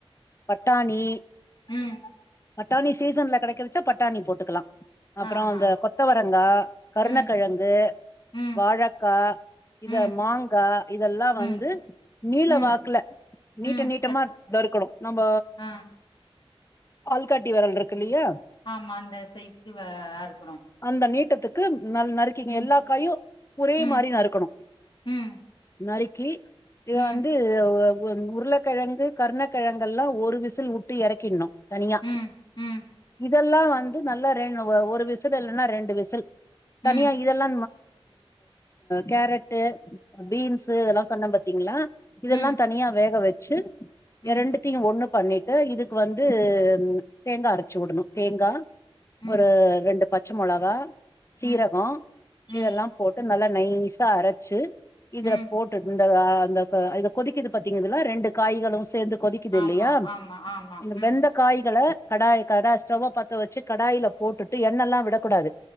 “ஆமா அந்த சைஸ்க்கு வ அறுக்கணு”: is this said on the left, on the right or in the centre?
Left